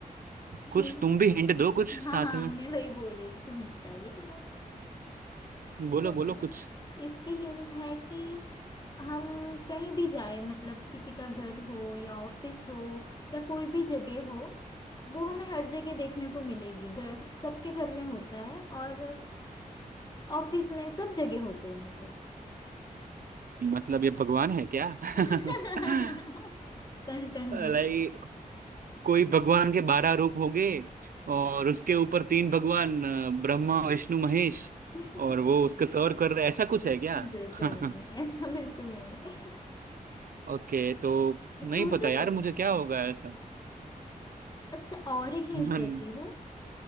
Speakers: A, on the right (about 75°); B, on the left (about 30°).
A: कुछ
B: हिंट
A: तुम भी हिंट दो कुछ
B: हाँ
A: साथ
B: हाँ
A: में
B: मैं वही बोल रही थी कि हिंट चाहिए तुम्हें
A: बोलो
B: तो
A: बोलो कुछ
B: इसके हिंट है कि हम कहीं भी जाए मतलब किसी का घर हो या ऑफिस हो या कोई भी जगह हो वो हमें हर जगह देखने को मिलेगी घर सबके घर में होता है और ऑफिस में सब जगह होते हैं मतलब
A: मतलब ये भगवान है क्या <laughs>
B: <laughs> कण कण में
A: लाइक कोई भगवान के बारह रूप हो गए और उसके ऊपर तीन भगवान अ, ब्रह्मा विष्णु महेश
B: <laughs>
A: और वो उसके सर्व कर रहे ऐसा कुछ है क्या
B: बिल्कुल
A: <laughs>
B: नहीं ऐसा बिल्कुल नहीं है
A: ओके तो
B: सोचो
A: नहीं पता यार
B: थोड़ा
A: मुझे क्या होगा ऐसा
B: अच्छा और एक हिंट
A: <laughs> हम्म,
B: देती हूँ